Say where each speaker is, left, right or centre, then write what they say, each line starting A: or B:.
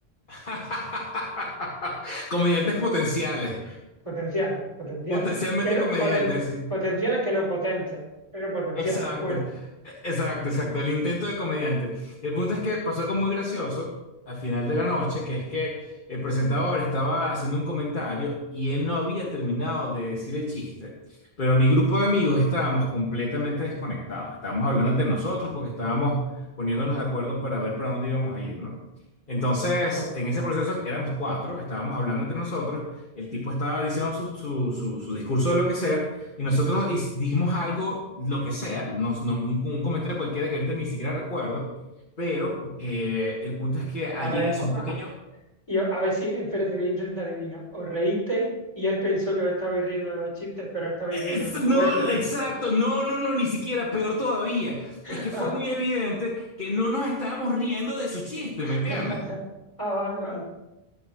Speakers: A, on the left; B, on the left.
A: <laughs> comediantes potenciales,
B: Potenciales, potenciales.
A: potencialmente
B: Que no,
A: comediantes,
B: poten-
A: sí.
B: potenciales que no potentes, pero potenciales.
A: Exacto,
B: Bueno,
A: exacto, exacto, el intento de comediante. El punto es que pasó algo muy gracioso al final de la noche, que es que el presentador estaba haciendo un comentario y él no había terminado de decir el chiste, pero mi grupo de amigos estábamos completamente desconectados, estábamos hablando entre nosotros porque estábamos poniéndonos de acuerdo para ver para dónde íbamos a ir, ¿no? Entonces,
B: <laughs>
A: en ese proceso éramos cuatro, estábamos hablando entre nosotros, el tipo estaba diciendo su, su, su su discurso de lo que sea. Y nosotros his- dijimos algo, lo que sea, nos- no- un, un comentario cualquiera que ahorita ni siquiera recuerdo, pero eh, el punto es que alguien
B: a ver,
A: hizo un
B: a,
A: pequeño...
B: a- y a ver si, espérate, voy a intentar adivinar. Os reísteis y él pensó que os estabais riendo de los chistes, pero estabais
A: "Es-
B: riendo del vuestro.
A: no, exacto, no, no, no, ni siquiera, peor todavía.
B: <laughs>
A: Es que fue muy evidente que no nos estábamos riendo de su chiste,
B: <laughs>
A: ¿me entiendes?
B: Ah, vale, vale.